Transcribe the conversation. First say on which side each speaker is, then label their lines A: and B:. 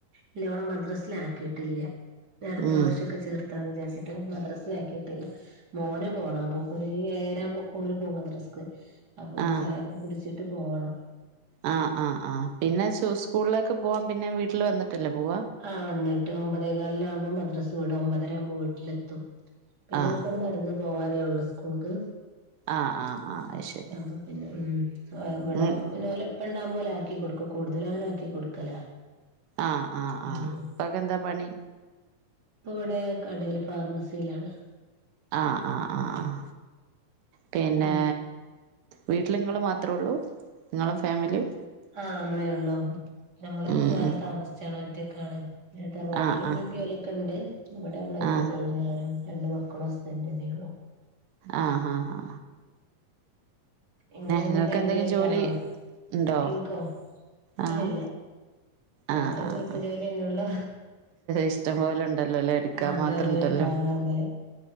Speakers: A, on the right; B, on the right.
A: ഇല്ലോളെ മദ്രസീലാക്കിട്ടില്ല്യ. നി അടുത്ത
B: ഉം
A: വർഷൊക്കെ ചേർ ഏതാൻ വിചാച്ചിട്ട് മദ്രസ്സേൽ ആക്കിട്ടില്ല മോന് പോണം <unintelligible> ഏഴര ആവുമ്പോ ഒക്കെ ഓര് പോവും മദ്രസ്സക്ക് അപ്പൊന്ന്
B: ആഹ്
A: ചായക്കെ കുടിച്ചിട്ട് പോകണം.
B: ആഹ് ആഹ് ആഹ് പിന്നെ സ്കൂളിലേക്ക് പോവാൻ പിന്നെ വീട്ടിൽ വന്നിട്ടല്ലേ പോവാ?.
A: ആഹ് വന്നിട്ട് ഒമ്പതേകാലിനാവുമ്പോ മദ്രസ വീടും ഒമ്പതരാമ്പോ വീട്ടിലെത്തും പിന്നോല്ക്ക്ടെ
B: ആഹ്
A: നടന്ന് പോവാനേ ഉള്ളു സ്കൂൾക്ക്
B: ആഹ് ആഹ് ആഹ് അത് ശരി
A: അപ്പൊ പിന്നെ ഉം ഇവിടെ
B: ഉം
A: പിന്നെ പലെ ഇപ്പണ്ടാവുമ്പം ഓല ആക്കി കൊടുക്കും കൂടുതല് അങ്ങനെ ആക്കി കൊടുക്കലാ.
B: ആഹ് ആഹ് ആഹ്
A: ഉം
B: പ്പാക്കെന്താ പണി
A: പ്പവിടെ കടേല് ഫാർമസീലാണ്
B: ആഹ് ആഹ് ആഹ് പിന്നെ
A: അല്ല
B: വീട്ടില്ങ്ങള് മാത്രെള്ളൂ ഇങ്ങളും ഫാമിലിയും
A: ആഹ് നമ്മളെ ഉള്ളൂ. നമ്മള്
B: ഉം
A: വേറെ
B: ഉം
A: താമസിച്ചണ ഒറ്റക്കാണ്. തർവാട്ടിലു
B: ആഹ്
A: മ്മി
B: ആഹ്
A: പ്പി ഓലൊക്കെണ്ട് ഇവിടെ നമ്മള ഒറ്റൊക്കെള്ളൂ
B: ആഹ്
A: ഞാനും രണ്ടു മക്കളും ഹസ്ബൻ്റെ തന്നെയുള്ളു.
B: ആഹ് ഹാഹാ
A: ഇങ്ങളെങ്ങനെ
B: ഇങ്ങൾക്ക്
A: ഫാമിലി
B: എന്തെങ്കിലും
A: ആയിട്ടാണോ
B: ജോലി ഇണ്ടോ
A: എൻക്കോ
B: ആഹ്
A: ഇല്ലല്ല നമ്മള്
B: ആഹ് ആഹ്
A: വീട്ട്
B: ആഹ്
A: ജോലിയല്ലെ ഉള്ളൂ.
B: ഇഷ്ടം പോലെ ഉണ്ടല്ലോ ല്ലേ എടുക്കാൻ
A: ആ അതന്നെ
B: മാത്രം ഉണ്ടല്ലോ
A: ആ അതെ